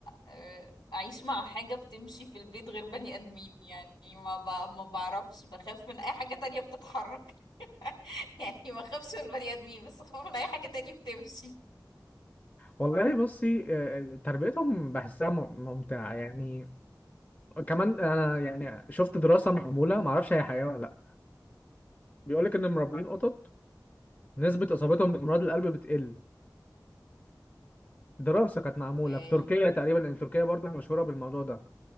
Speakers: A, on the left (about 75°); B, on the left (about 20°).
A: آه، اعيش مع حاجة بتمشي في البيت غير بني ادمين يعني ما ب... ما بعرفش بخاف من اي حاجة تانية بتتحرك <laughs> يعني ما اخافش من البني ادمين بس اخاف من اي حاجة تانية بتمشي
B: والله بصي آه، آه، تربيتهم بحسها م- ممتعة يعني كمان انا يعني شفت دراسة معمولة ما اعرفش هي حقيقة ولا لا بيقول لك ان مربين قطط نسبة اصابتهم بامراض القلب بتقل دراسة كانت معمولة
A: اوكي
B: في تركيا تقريبا لان تركيا برضه مشهورة بالموضوع ده